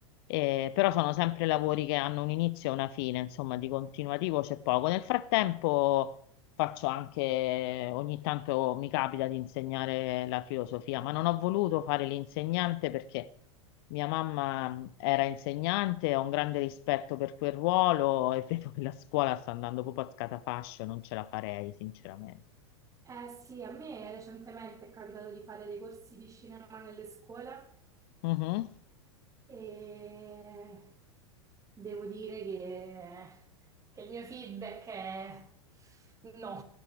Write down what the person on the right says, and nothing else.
Eh sì, a me recentemente è capitato di fare dei corsi di cinema nelle scuole
e devo dire che, che il mio feedback è no.